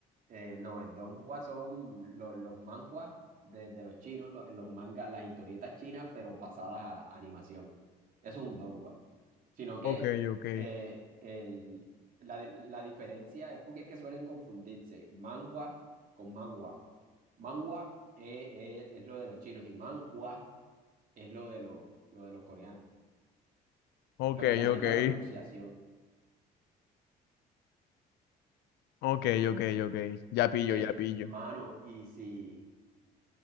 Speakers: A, on the right; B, on the left.
A: Eh, no, el Donghua son los, los manhwas de, de los chinos, los, los mangas, las historietas chinas, pero pasadas a, a animación. Eso es un Donghua. Sino que
B: Ok, ok.
A: eh, el, la, la diferencia es porque es que suelen confundirse manhwa con manhwa. Manhwa es, es- es lo de los chinos y manhua es lo de, lo, lo de los coreanos.
B: Ok,
A: Lo que cambia
B: ok.
A: es la pronunciación.
B: Ok, ok, ok. Ya pillo,
A: Ey,
B: ya pillo.
A: mano, y si,